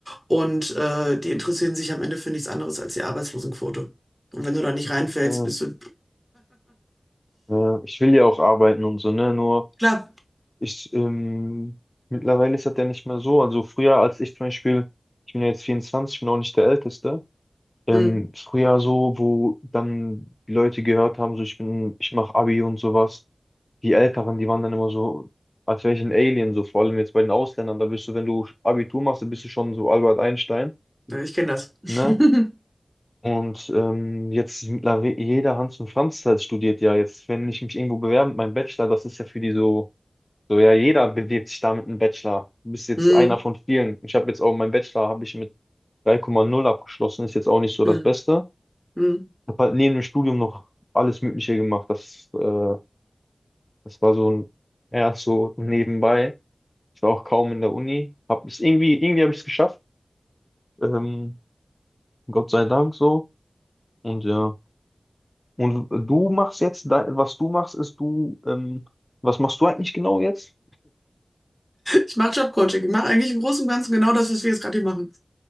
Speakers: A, in the centre; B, on the left.
A: Und äh, die interessieren sich am Ende für nichts anderes als die Arbeitslosenquote. Und wenn du da nicht reinfällst,
B: verstehe.
A: bist du,
B: Ja, ich will ja auch arbeiten und so, ne? Nur
A: klar,
B: ich, ähm, mittlerweile ist das ja nicht mehr so. Also früher, als ich zum Beispiel, ich bin ja jetzt 24, ich bin auch nicht der Älteste. ähm,
A: hm,
B: früher so, wo dann die Leute gehört haben, so ich bin, ich mache Abi und sowas. Die Älteren, die waren dann immer so, als wäre ich ein Alien, so vor allem jetzt bei den Ausländern, da bist du, wenn du Abitur machst, dann bist du schon so Albert Einstein,
A: ja, ich kenne das. <laughs>
B: ne? Und ähm, jetzt mittlerweile jeder Hans und Franz halt studiert ja jetzt, wenn ich mich irgendwo bewerbe mit meinem Bachelor, das ist ja für die so, so ja, jeder bewirbt sich da mit einem Bachelor. Du bist jetzt
A: Hm,
B: einer von vielen. Ich habe jetzt auch meinen Bachelor, habe ich mit 3,0 abgeschlossen, ist jetzt auch nicht so
A: hm,
B: das Beste.
A: hm.
B: habe halt neben dem Studium noch alles Mögliche gemacht. Das, äh, das war so ein, ja, so nebenbei. Ich war auch kaum in der Uni. Hab es irgendwie, irgendwie habe ich es geschafft. Ähm, Gott sei Dank so. Und ja. Und du machst jetzt, da- was du machst, ist du, ähm, was machst du eigentlich genau jetzt?
A: Ich mache Jobcoaching, ich mache eigentlich im Großen und Ganzen genau das, was wir jetzt gerade hier machen.